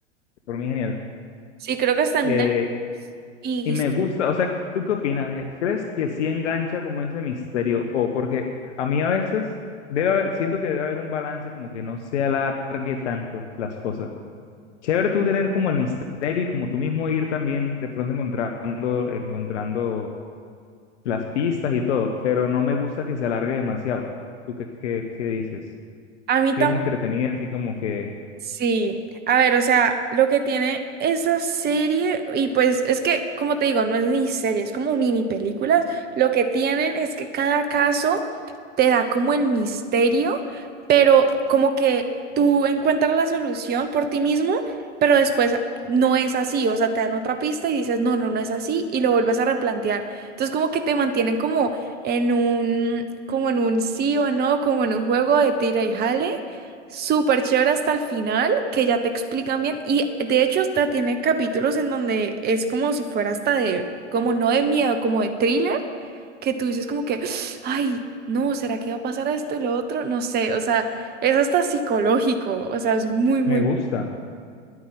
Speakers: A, on the left (about 70°); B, on the right (about 25°).
A: Por mí, genial.
B: Sí, creo que está en
A: Eh,
B: Netflix. Y
A: Y me gusta, o sea, ¿tú qué opinas? eh? ¿Crees que sí engancha como ese misterio? O porque a mí a veces debe, haber- siento que debe haber un balance como que no se alargue tanto las cosas. Chévere tú tener como el misterio y como tú mismo ir también de pronto encontrando, encontrando las pistas y todo, pero no me gusta que se alargue demasiado. ¿Tú qué, qué, qué dices?
B: a mí
A: Sí
B: también.
A: es entretenida, así como que
B: Sí, a ver, o sea, lo que tiene esa serie, y pues es que, como te digo, no es ni serie, es como mini películas, lo que tienen es que cada caso te da como el misterio, pero como que tú encuentras la solución por ti mismo, pero después no es así, o sea, te dan otra pista y dices, no, no, no es así, y lo vuelves a replantear. Entonces, como que te mantienen como en un, como en un sí o no, como en un juego de tira y jale súper chévere hasta el final, que ya te explican bien. Y de hecho, hasta tiene capítulos en donde es como si fuera hasta de, como no de miedo, como de thriller, que tú dices como que, ay, no, ¿será que va a pasar esto y lo otro? No sé, o sea, es hasta psicológico, o sea, es muy, muy...
A: me gusta,